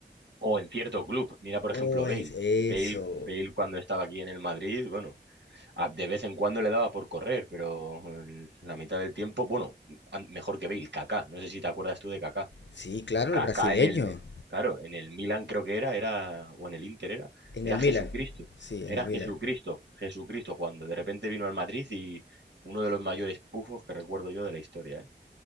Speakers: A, on the right (about 75°); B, on the left (about 75°).
A: O en cierto club, mira por ejemplo
B: Oh,
A: Bale.
B: es eso.
A: Bale, Bale cuando estaba aquí en el Madrid, bueno, a- de vez en cuando le daba por correr, pero el- la mitad del tiempo, bueno, an- mejor que Bale, Kaká. No sé si te acuerdas tú de Kaká.
B: Sí, claro,
A: Kaká
B: el brasileño.
A: en el, claro, en el Milan creo que era, era, o en el Inter era,
B: En
A: era
B: el
A: Jesucristo,
B: Milan. Sí,
A: era
B: en el
A: Jesucristo,
B: Milan.
A: Jesucristo jugando. De repente vino al Madrid y uno de los mayores pufos que recuerdo yo de la historia, ¿eh?